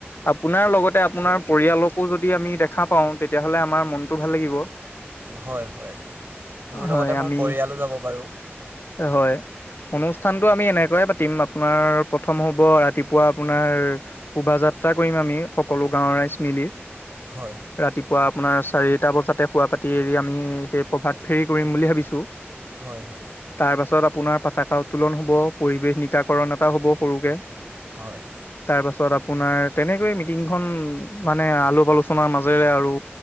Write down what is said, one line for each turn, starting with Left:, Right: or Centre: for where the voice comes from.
Left: আপোনাৰ লগতে আপোনাৰ পৰিয়ালকো যদি আমি দেখা পাওঁ তে তেতিয়াহলে আমাৰ মনটো ভাল লাগিব,
Right: হয় হয় মোৰ লগতে
Left: হয়
Right: মোৰ
Left: আমি
Right: পৰিয়ালো যাব বাৰু
Left: হয়। অনুষ্ঠানতটো আমি এনেকয়ে পাতিম আপোনাৰ প্ৰথম হ'ব ৰাতিপুৱা আপোনাৰ শোভাযাত্ৰ যাত্ৰা কৰিম আমি সকলো গাওৰ ৰাইজ মিলি
Right: হয় হয়
Left: ৰাতিপুৱা। আপোনাৰ চাৰিটা বজাতে খোৱা পাতি এৰি আমি সেই প্ৰভাত ফেৰী কৰিম বুলি ভাবিছো।
Right: হয় হয়
Left: তাৰপাছত আপোনাৰ পতাকা উত্তোলন হ'ব, পৰিৱেশ নিকাকৰণ এটা হ'ব সৰুকে।
Right: হয়।
Left: তাৰপাছত আপোনাৰ তেনেকৈ মিটিংখন মানে আলোপ আলোচনাৰ মাজেৰে আৰু